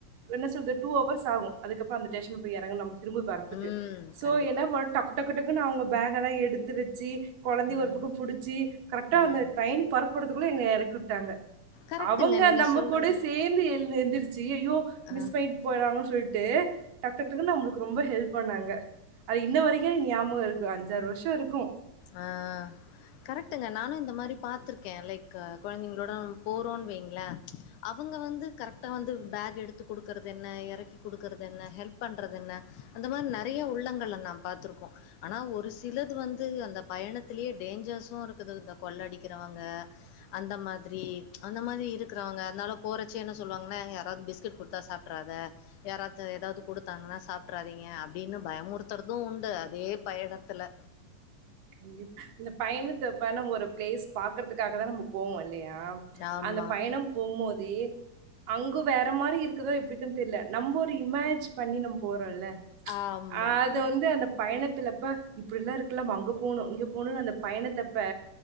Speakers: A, on the right; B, on the left.
A: என்ன சொல்றது டூ அவர்ஸ் ஆகு அதுக்கப்றோ அந்த ஸ்டேஷன் போய் இறங்க நம்ம திரும்ப வரதுக்கு
B: ம்.
A: சோ
B: கண்டிப்பா.
A: என்ன பண் டக் டக்கு டக்குன்னு அவங்க பேகல்லா எடுத்து வச்சு குழந்தய
B: ம்.
A: ஒரு பக்கோ புடிச்சு கரெக்டா
B: ம்.
A: அந்த ட்ரைன் பரப்புடுறதுக்குள்ள எங்கள எறக்கி விட்டாங்க
B: கரெக்ட்டுங்க
A: அவங்க
B: நீங்க
A: நம்ம
B: சொல்றது.
A: கூட சேந்து எழ்ந்து எந்திரு ஜீ ஐஐயோ
B: அ,
A: மிஸ் பண்ணிட்டு போயறாங்கன்னு சொல்ட்டு டக் டக் டக்குன்னு நம்மளுக்கு ரொம்ப ஹெல்ப் பண்ணாங்க அது இன்ன வரைக்கு என் ஞாபக இருக்கு அஞ்சாறு வருஷ இருக்கு
B: ஆ ஆ கரெக்டங்க நானு இந்த மாரி பாத்துருக்கே லைக் கொழந்தைங்ளோட நம்ம போறோன்னு வைங்கள ம்ச் அவங்க வந்து கரெக்டா வந்து பேக் எடுத்து கொடுக்குறது என்ன இறக்கி கொடுக்குறது என்ன ஹெல்ப் பண்றது என்ன அந்த மாரி நெறையா உள்ளங்கள்ள நாம் பாத்திருக்கோ ஆனா சிலது வந் து அந்த பயணத்திலேயே டேஞ்சர்ஸ் இருக்குது இந்த கொள்ள அடிக்கிறவங்க அந்த மாதிரி ம்ச் அந்த மாதிரி இருக்கிறவங்க அதனால போறச்சு என்ன சொல்லுவாங்க யாராவது பிஸ்கட் கொடுத்தா சாப் ட்ராத யாராவது ஏதாது கொடுத்தாங்கன்னா சாப்டறாதீங்க அப் டின்னு பயமுறுத்துறது உண்டு அதே பயணத்துல
A: கண்டிப்பா இந்த பயணத்தப்ப நம்ம ஒரு ப்ளேஸ் பாக்குறதுக்காக தா நம்ம போவோ இல்லையா
B: ஆமா
A: அந்த பயணம் போம்போதே அங்கு வேற மாரி இருக்குதோ இருக்குன் தெர்ல நம்ம ஒரு இமேஜ் பண்ணி நம் போறோல்ல ம்ச்
B: ஆமா
A: அதது வந்து அந்த பயணத்துலப்ப இப்டி எல்லா இருக்கல நம்ம அங்க போணு இங்க போணுனு அந்த பயணத்தப்ப